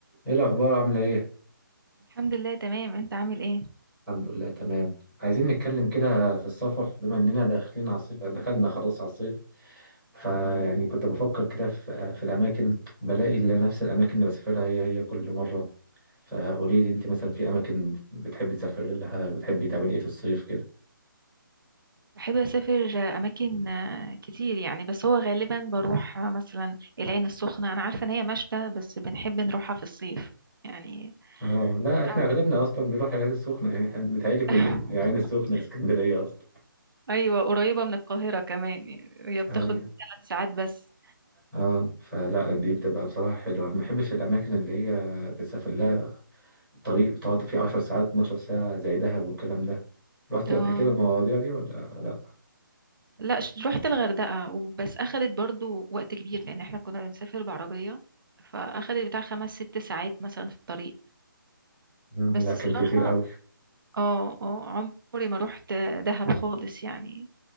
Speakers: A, in the centre; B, on the right.
A: ايه الاخبار عامله ايه
B: الحمد لله تمام انت عامل ايه
A: الحمد لله تمام عايزين نتكلم كده في السفر بما اننا داخلين على الصيف دخلنا خلاص على الصيف فيعني كنت بفكر كده في في الاماكن بلاقي اللي نفس الاماكن اللي بسافرها هي هي كل مره فقولي لي انت مثلا في اماكن بتحبي تسافري لها بتحبي تعملي ايه في الصيف كده
B: بحب اسافر اماكن آه، كتير يعني بس هو غالبا بروح آه، مثلا العين السخنة انا عارفة ان هي مشتى بس بنحب نروحها في الصيف يعني
A: اه لا احنا
B: عارفة
A: اغلبنا اصلا بنروح العين السخنه يعني إحنا بيتهيألي كلنا
B: <laughs>
A: العين السخنه اسكندريه اصلا
B: ايوه قريبة من القاهرة كمان يعني هي بتاخد
A: ايوه
B: ثلاث ساعات بس
A: اه فلا
B: مهم.
A: دي بتبقى بصراحه حلوه انا ما بحبش الاماكن اللي هي بتسافر لها الطريق بتقعد فيه 10 ساعات 12 ساعة زي دهب والكلام ده رحتي
B: اه
A: قبل كده المواضيع دي ولا لا
B: لا ش- رحت الغردقة وبس اخدت برضو وقت كبير لان احنا كنا بنسافر بعربية فاخدت بتاع خمس ست ساعات مثلا في الطريق
A: آه،
B: بس
A: لا
B: الصراحة
A: كان كتير قوي
B: اه اه عمري ما روحت دهب خالص يعني